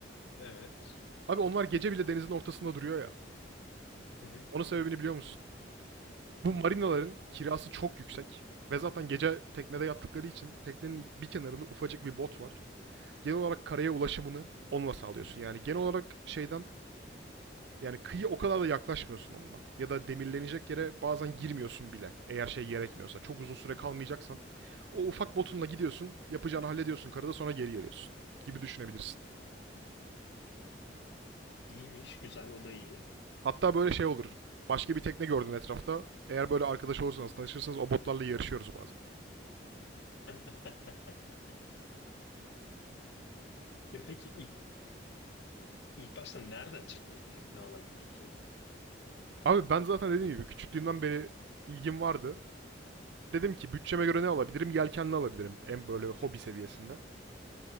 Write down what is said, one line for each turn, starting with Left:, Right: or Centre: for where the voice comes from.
Left: Evet.
Right: Abi onlar gece bile denizin ortasında duruyor ya.
Left: Hı hı.
Right: Onun sebebini biliyor musun? Bu marinaların kirası çok yüksek. Ve zaten gece teknede yattıkları için teknenin bir kenarında ufacık bir bot var. Genel olarak karaya ulaşımını onunla sağlıyorsun. Yani genel olarak şeyden yani kıyı o kadar da yaklaşmıyorsun onunla. Ya da demirlenecek yere bazen girmiyorsun bile. Eğer şey gerekmiyorsa. Çok uzun süre kalmayacaksan. O ufak botunla gidiyorsun. Yapacağını hallediyorsun karada sonra geri geliyorsun. Gibi düşünebilirsin.
Left: İyiymiş. Güzel. O da iyi.
Right: Hatta böyle şey olur. Başka bir tekne gördün etrafta. Eğer böyle arkadaş olursanız, tanışırsanız o botlarla yarışıyoruz bazen.
Left: <laughs> Ya peki ilk, ilk başta nereden çıktı bu tekne alayım fikri?
Right: Abi ben zaten dediğim gibi küçüklüğümden beri ilgim vardı. Dedim ki bütçeme göre ne alabilirim? Yelkenli alabilirim. En böyle hobi seviyesinde.